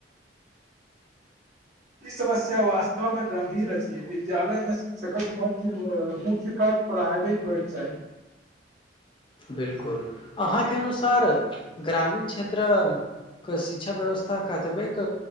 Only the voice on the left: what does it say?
बिलकुल, अहाँके अनुसार ग्रामीण क्षेत्रऽ कशिक्षा व्यवस्था, कतबेक